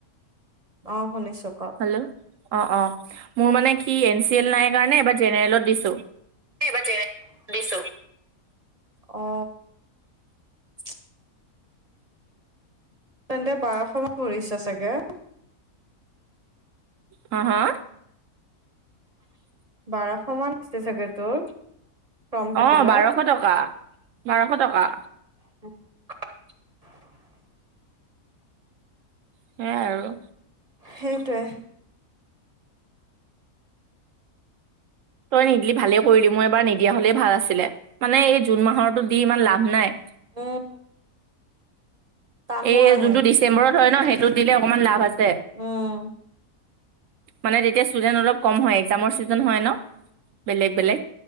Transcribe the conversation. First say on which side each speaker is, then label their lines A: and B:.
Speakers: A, on the right (about 30°); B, on the right (about 65°).
A: অ শুনিছো। ক
B: হেল্ল', অ', অ', মোৰ মানে কি এন চি এল নাই কাৰণে এবাৰ জেনেৰেলত দিছো।
A: ব দিছ অ <unintelligible> তেন্তে বাৰশ মান পৰিছে চাগে।
B: হা হা?
A: বাৰ সমান আছে চাগে তোৰ। ফৰ্ম ফিল
B: অ', বাৰশ
A: আপ
B: টকা বাৰশ টকা।
A: <unintelligible>
B: সেয়াই আৰু
A: সেইটোৱে।
B: তই নিদিলি ভালে কৰিলি মোৰ এইবাৰ নিদিয়া হ'লেই ভাল আছিলে। মানে এই জুন মাহৰো দি ইমান লাভ নাই।
A: উম টানো
B: এই
A: আহে
B: যোনতটো ডিচেম্বৰত হয়। ন সেইটোত দিলে অকনমান লাভ আছে।
A: উম।
B: মানে তেতিয়া ষ্টুডেন্ট অলপ কম হয়। এক্জামৰ ছিজন হয় ন বেলেগ বেলেগ।